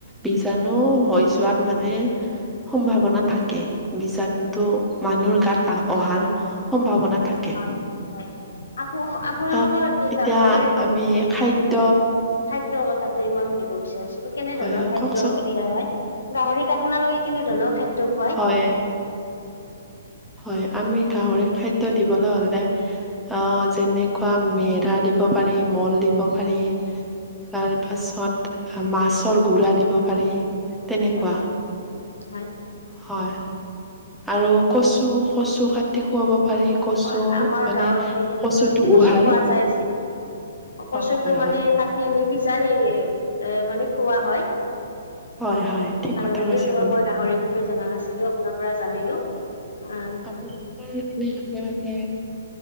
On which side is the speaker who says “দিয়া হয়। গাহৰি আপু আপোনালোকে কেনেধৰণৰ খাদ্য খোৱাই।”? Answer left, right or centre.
Left